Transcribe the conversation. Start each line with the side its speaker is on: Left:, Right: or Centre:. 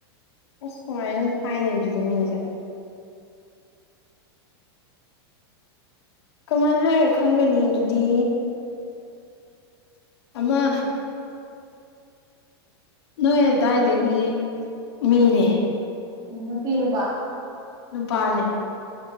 Left: ꯑꯁ ꯀꯃꯥꯏꯅ ꯍꯥꯏꯅꯤ ꯑꯗꯨꯗꯤ ꯃꯤꯁꯦ ꯀꯃꯥꯏꯅ ꯍꯥꯏꯔ ꯈꯪꯒꯅꯤ ꯑꯗꯨꯗꯤ ꯑꯃ ꯅꯣꯏ ꯑꯗꯨꯗꯥꯋꯥꯏꯗꯒꯤ ꯃꯤꯅꯦ
Right: ꯎ ꯅꯨꯄꯤꯤ ꯅꯨꯨꯄꯥ
Left: ꯅꯨꯄꯥꯅꯦ